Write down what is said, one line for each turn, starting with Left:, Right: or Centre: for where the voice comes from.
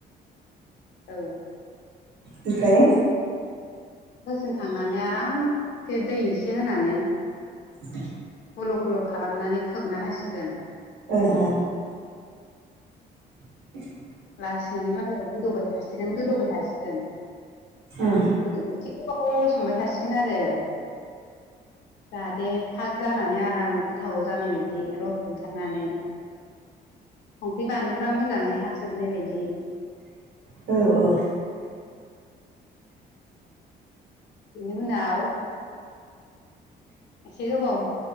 Left: औ
Right: ओमफ्राय
Left: बोसोनखांनानै आरामसे दै एसे होनानै
Right: <inaudible>
Left: गल' गल' खालामनानै खोबना होसिगोन।
Right: ओ ए <inaudible>
Left: लासैनो मालाय गोदौबाय थासिगोन गोदौबाय थासिगोन
Right: ओं
Left: गोदो एथिं गोबाव संबाय थासिगोन आरो जाहाथे फाग जानानै आराम गोथाव जानाय बायदि रस ओंखारनानै संख्रि बानलुफ्रा मोजाङै हाबजोबनाय बायदि
Right: औ औ
Left: बेनि उनाव एसे गोबाव